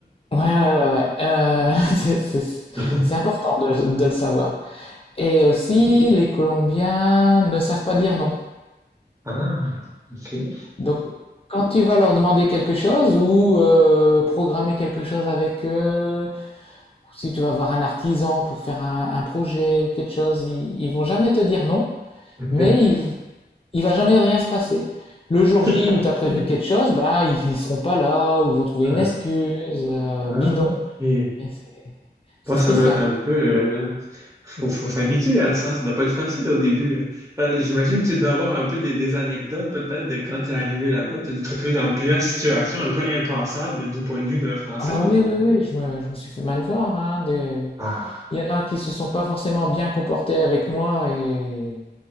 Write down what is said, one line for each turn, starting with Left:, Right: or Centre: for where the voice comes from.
Left: Ouais, ouais, ouais, ouais. Euh, <laughs> c'est c'est-
Right: <laughs>
Left: c'est important de, de le savoir. Et aussi, les Colombiens ne savent pas dire non.
Right: Ah, OK.
Left: Donc, quand tu vas leur demander quelque chose ou euh, programmer quelque chose avec eux, si tu vas voir un artisan pour faire un, un projet ou quelque chose, ils, ils vont jamais te dire non,
Right: OK.
Left: mais ils il va jamais rien se passer. Le jour
Right: <laughs>
Left: J où t'as prévu quelque chose, bah ils, ils seront pas là, ou vont trouver
Right: Ah.
Left: une excuse, euh,
Right: Ah,
Left: bidon.
Right: ok.
Left: Et c'est c'est
Right: Bon, ça
Left: spécial.
Right: doit être un peu... euh, faut, faut s'habituer à ça. Ça doit pas être facile au début. Euh, j'imagine que tu dois avoir un peu des, des anecdotes peut-être de quand tu es arrivé là-bas. Tu as dû te retrouver dans plusieurs situations un peu impensables du point de vue d'un Français,
Left: Ah bah
Right: non?
Left: oui, oui, oui, je me, je me suis fait mal voir, hein, de...
Right: Ah.
Left: Il y en a qui se sont pas forcément bien comportés avec moi, et